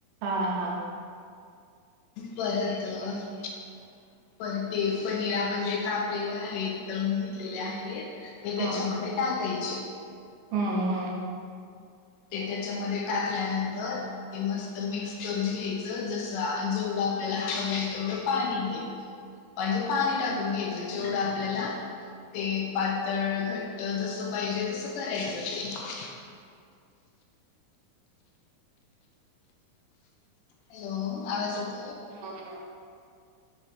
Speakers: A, on the right (about 85°); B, on the left (about 80°).
A: हा हा
B: परत, पर ते पनीर आपण जे कापलेले आहेत, तळून घेतलेले आहेत- ते त्याच्यामध्ये
A: हम्म
B: टाकाय- <inaudible>
A: हम्म हम्म
B: ते त्याच्यामध्ये टाकल्यानंतर ते मस्त मिक्स करून घ्यायचं जसं जेवढं आपल्याला हावंय तेवढं पाणी घ्यायचं म्हणजे पाणी टाकून घ्यायचं जेवढं आपल्याला ते पातळ घट्ट जस पाहिजे तसं करायचं ते. हॅलो आवाज येतो
A: हम्म